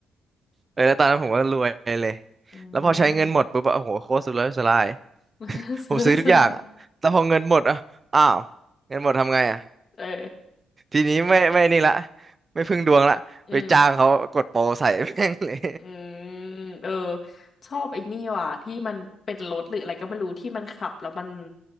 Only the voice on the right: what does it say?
เออแล้วตอนนั้นผมก็รวยเลย
แล้วพอใช้เงินหมดปุ๊บอะโอ้โหโคตรสุดเลยสุดลาย
ผมซื้อทุกอย่างอ่ะแต่พอเงินหมดอ่ะอ้าว เงินหมดทำไงอ่ะ
ทีนี้ไม่ไม่นี่ละไม่พึ่งดวงละไปจ้างเขากดโปรใส่
<laughs> แม่งเลย